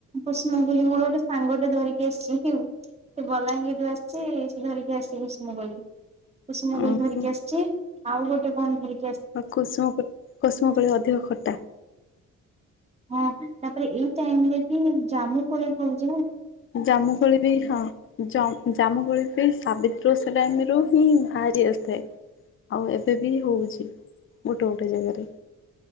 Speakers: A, on the right; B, on the left.
A: କୁସୁମ କୋଳି ମୋର ଗୋଟେ ସାଙ୍ଗଟେ ଧରିକି ଆସିଛି <unintelligible> ସେ ବଲାଙ୍ଗୀରରୁ ଆସଚି ସେ ଧରିକି ଆସି ଗିଷ୍ମ କୋଳି। କୁସୁମ
B: ଉଁ
A: କୋଳୀ ଧରିକି
B: ହୁଁ।
A: ଆସଛି ଆଉ ଗୋଟେ କଣ ଧୀ
B: ଆଉ କୁସୁମ କୋ କୁଷୁମ କୋଳି ଅଧିକ ଖଟା।
A: ହଁ ତାପରେ ଏଇ ଟାଇମ ରେ ବି ଜାମୁ କୋଳି ହଉଛି।
B: ଜାମୁ କୋଳି ବି ହଁ ଜା ଜାମୁ କୋଳି ବି ସାବିତ୍ରୀ <unintelligible> ଟାଇମ ରୁ ହିଁ ବାହାରି ଆସିଥାଏ। ଆଉ ଏବେ ବି ହଉଚି ଗୋଟେ ଗୋଟେ ଜାଗାରେ।